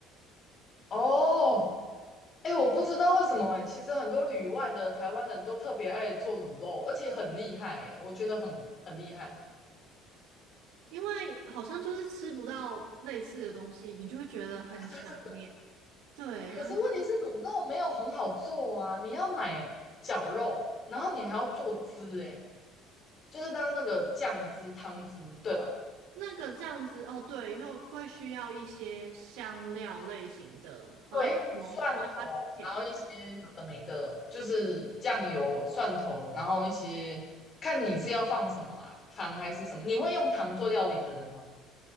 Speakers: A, on the left (about 25°); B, on the right (about 85°).
A: 哦，哎，我不知道为什么哎，其实很多旅外的台湾人都特别爱做卤肉，而且很厉害哎，我觉得很很厉害。
B: 因为好像就是吃不到类似的东西，你就会觉得很想念。
A: <laughs> 对对对。
B: 对，
A: 可是问题是卤肉没有很好做啊，
B: 然后
A: 你要买绞肉，然后你还要做汁哎，就是它那个酱汁、汤汁，对吧？
B: 那个这样子，哦，对，又会需要一些香料类型的，好像叫什么八角。
A: 对，蒜头，然后一些有的没的，就是酱油、蒜头，然后一些看你是要放什么啦，糖还是什么？你会用糖做料理的人吗？